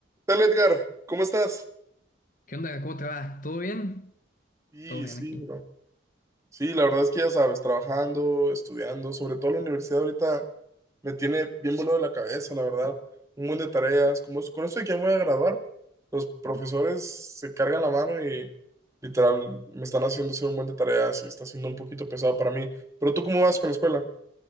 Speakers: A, on the right; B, on the left.
A: tal, Edgar? ¿Cómo estás?
B: ¿Qué onda? ¿Cómo te va? ¿Todo bien?
A: Sí
B: Todo bien
A: sí,
B: aquí.
A: bro. Sí, la verdad es que ya sabes, trabajando, estudiando, sobre todo la universidad ahorita me tiene bien volado la cabeza, la verdad. Un buen de tareas, como es- con eso de que ya me voy a graduar, los profesores se cargan la mano y literal me están haciendo hacer un buen de tareas y está siendo un poquito pesado para mí. Pero tú, ¿cómo vas con la escuela?